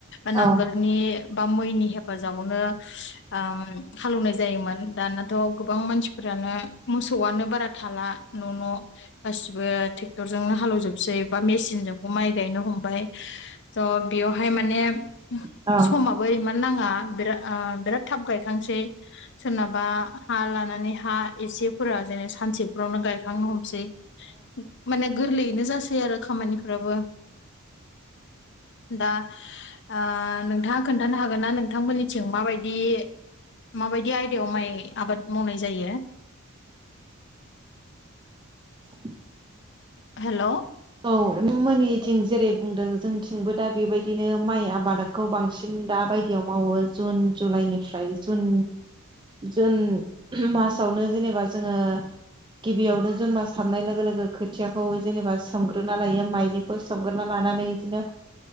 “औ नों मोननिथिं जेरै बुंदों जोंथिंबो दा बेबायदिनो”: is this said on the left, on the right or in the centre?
Right